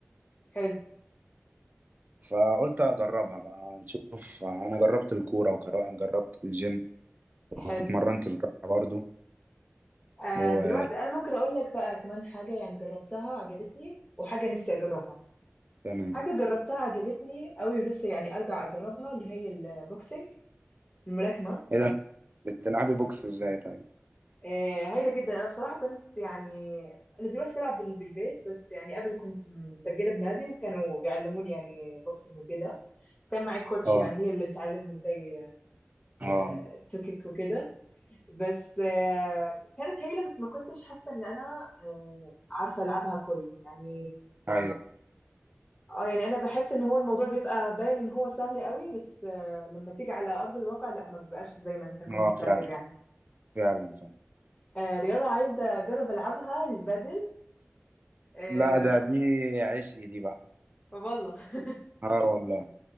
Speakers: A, on the left; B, on the right.
A: حلو
B: فقلت أجربها بقى نشوف أنا جربت الكورة وجربت الجيم
A: حلو
B: واتمرنت سباحة برضو
A: آه
B: وتمام
A: دلوقتي انا ممكن اقول لك بقى كمان حاجة يعني جربتها عجبتني وحاجة نفسي اجربها
B: تمام
A: حاجة جربتها عجبتني قوي ونفسي يعني أرجع أجربها اللي هي البوكسنج الملاكمة
B: إيه ده أنت بتلعبي بوكس إزاي طيب؟
A: آه، هايلة جدا أنا بصراحة كنت يعني أنا دلوقتي بلعب بال- بالبيت بس يعني قبل كنت مسجلة بنادي وكانوا بيعلموني يعني بوكسنج وكده كان معي كوتش
B: أه
A: يعني هي اللي بتعلمني ازاي
B: أه
A: آه، توكيك وكده بس آه، كانت هايلة بس ما كنتش حاسة إن أنا آه، عارفة ألعبها كويس يعني
B: أيوه
A: اه يعني انا بحس ان هو الموضوع بيبقى باين ان هو سهل قوي بس آه، لما تيجي على ارض الواقع لا ما بيبقاش زي ما انت كنت
B: أه
A: فاكر
B: فعلا
A: يعني
B: فعلا فعلا
A: آه، رياضة عايزة اجرب العبها البادل آه،
B: لا ده دي عشقي دي بقى
A: والله <laughs>
B: أه والله